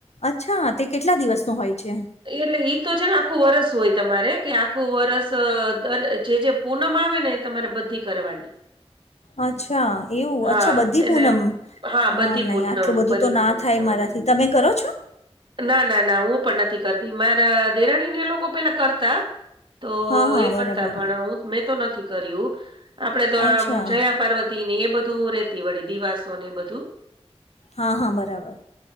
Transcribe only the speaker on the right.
એટલે એઈ તો છે ને આખું વરસ હોય તમારે કે આખું વરસ દર જે જે પૂનમ આવે ને એ તમારે બધી કરવાની
હા
એને
બધી
પૂનમ
બધી
પૂનમ
કરવાની
ના ના ના હું પણ નથી કરતી મારા દેરાણીને લોકો પેલા કરતા તો
એ
કરતા પણ હું મેં તો નથી કર્યું આપડે તો
આમ જયા પાર્વતી ને એ બધું તે વળી દિવાસો ને બધું